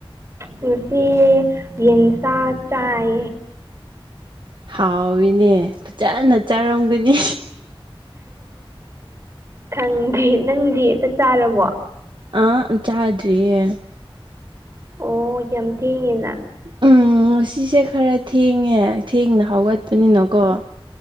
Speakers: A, on the right; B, on the right.
A: ꯉꯁꯤ ꯌꯦꯟꯁꯥ ꯆꯥꯏ
B: ꯍꯥꯎꯏꯅꯦ ꯐꯖꯅ ꯆꯥꯔꯝꯒꯅꯤ
A: ꯈꯪꯗꯦ ꯅꯪꯗꯤ ꯆꯥꯛ ꯆꯥꯔꯕꯣ
B: ꯑꯥ ꯆꯥꯗꯔ꯭ꯤꯌꯦ
A: ꯑꯣ ꯌꯥꯝ ꯊꯦꯡꯉꯤꯅ
B: ꯎꯝ ꯉꯁꯤꯁꯦ ꯈꯔ ꯊꯦꯡꯉꯦ ꯊꯦꯡꯅ ꯍꯧꯒꯠꯄꯅꯤꯅꯀꯣ